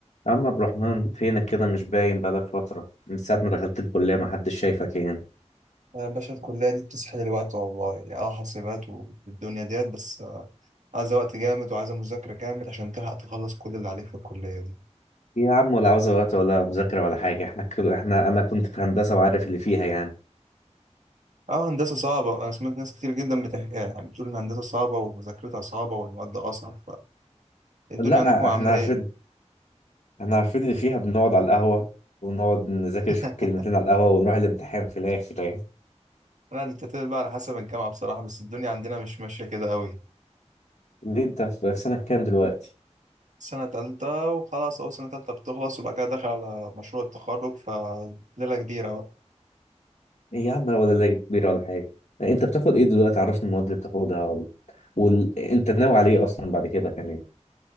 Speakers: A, on the left; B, on the right.
A: يا عم عبد الرحمن فينك كده مش باين بقالك فترة من ساعة ما دخلت الكلية محدش شايفك يعني
B: يا باشا الكلية دي بتسحل الوقت والله يعني اه حاسبات والدنيا ديت بس آه، عايزة وقت جامد وعايزة مذاكرة جامد عشان تلحق تخلص كل اللي عليك في الكلية دي
A: إيه يا عم ولا عاوزة وقت ولا مذاكرة ولا حاجة احنا كل احنا أنا كنت في هندسة وعارف اللي فيها يعني
B: اه هندسة صعبة أنا سمعت ناس كتير جدا بتحكي يعني بتقول إن هندسة صعبة ومذاكرتها صعبة والمواد أصعب فالدنيا
A: لا
B: عندكم عاملة
A: احنا عارفين
B: إيه؟
A: احنا عارفين اللي فيها بنقعد على القهوة ونقعد نذاكر
B: <laughs>
A: شوية كلمتين على القهوة ونروح الامتحان في الآخر يعني
B: لا دي بتعتمد بقى على حسب الجامعة بصراحة بس الدنيا عندنا مش ماشية كده قوي
A: ليه أنت في في سنة كام دلوقتي؟
B: سنة تالتة وخلاص أول سنة تالتة بتخلص وبعد كده داخل على مشروع التخرج فليلة كبيرة بقى
A: إيه يا عم ولا لا كبيرة ولا حاجة أنت بتاخد إيه دلوقتي عرفني المواد اللي بتاخدها ولا وال... أنت ناوي على إيه أصلا بعد كده كمان